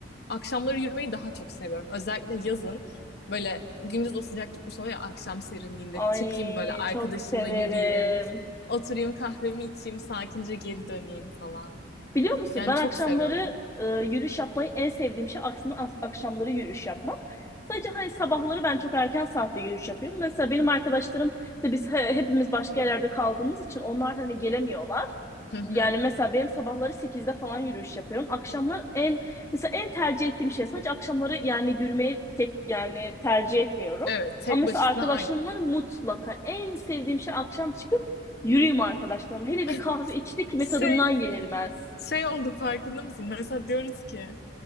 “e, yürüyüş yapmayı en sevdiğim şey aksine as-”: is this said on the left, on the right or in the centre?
Left